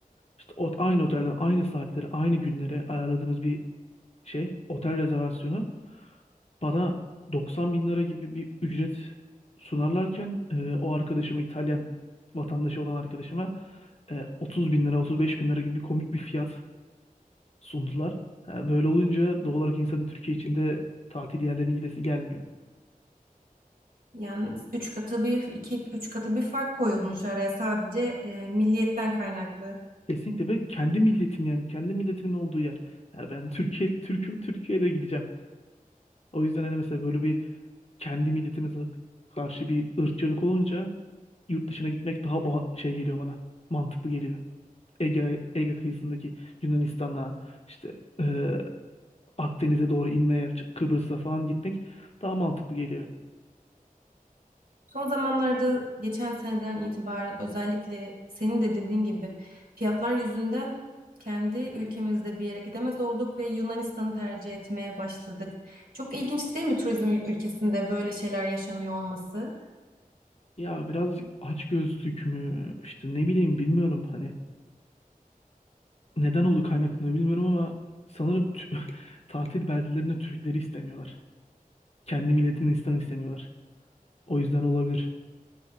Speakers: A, on the left; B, on the right.
A: İşte o, aynı otelden aynı saatlere aynı günlere ayarladığımız bir şey otel rezervasyonu bana 90 bin lira gibi bir ücret sunarlarken e, o arkadaşıma İtalyan vatandaşı olan arkadaşıma e, 30 bin lira 35 bin lira gibi komik bir fiyat sundular. Ha, böyle olunca doğal olarak insanın Türkiye içinde tatil yerlerine gidesi gelmiyor.
B: Yani üç katı bir iki üç katı bir fark koyulmuş araya sadece e, milliyetten kaynaklı.
A: Kesinlikle ve kendi milletim yani kendi milletimin olduğu yer. Yani ben Türkiye Türk'üm Türkiye'de gideceğim. O yüzden hani mesela böyle bir kendi milletimize karşı bir ırkçılık olunca yurt dışına gitmek daha ba- şey geliyor bana. Mantıklı geliyor. Ege, Ege kıyısındaki Yunanistan'a işte e, Akdeniz'e doğru inmeye Ç- Kıbrıs'a falan gitmek daha mantıklı geliyor.
B: Son zamanlarda geçen seneden itibaren özellikle senin de dediğin gibi fiyatlar yüzünden kendi ülkemizde bir yere gidemez olduk ve Yunanistan'ı tercih etmeye başladık. Çok ilginç değil mi turizm ül- ülkesinde böyle şeyler yaşanıyor olması?
A: Ya birazcık açgözlük mü işte ne bileyim bilmiyorum hani neden oldu kaynaklanıyor bilmiyorum ama sanırım tü- <laughs> tatil beldelerinde Türkleri istemiyorlar. Kendi milletini insan istemiyorlar. O yüzden olabilir.